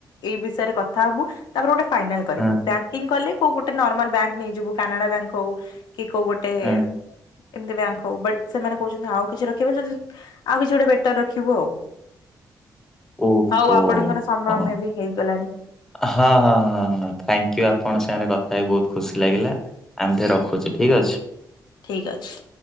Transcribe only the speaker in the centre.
ହଁ
ହଁ
ଓହୋ।
ହଁ
ହଁ ହଁ ହଁଙ୍କୟ ଆପଣଙ୍କ ସାଙ୍ଗରେ କଥା ହେି ବହୁତ ଖୁସି ଲାଗିଲା। ଆମଠ ରଖୁଛି ଠିକ ଅଛି।